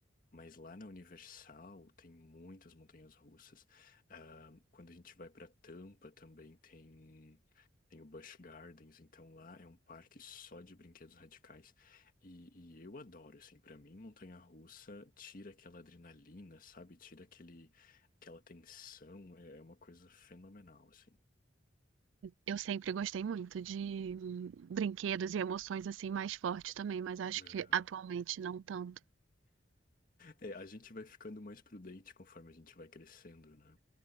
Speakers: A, on the left; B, on the right.
A: Mas lá na Universal tem muitas montanhas russas. Ah, quando a gente vai para Tampa também tem, tem o Busch Gardens. Então lá é um parque só de brinquedos radicais. E, e eu adoro, assim. Para mim, montanha russa tira aquela adrenalina, sabe? Tira aquele, aquela tensão. É é uma coisa fenomenal, assim.
B: Eu sempre gostei muito de brinquedos e emoções assim mais fortes também, mas acho
A: Aham.
B: que atualmente
A: <laughs>
B: não tanto.
A: É, a gente vai ficando mais prudente conforme a gente vai crescendo, né?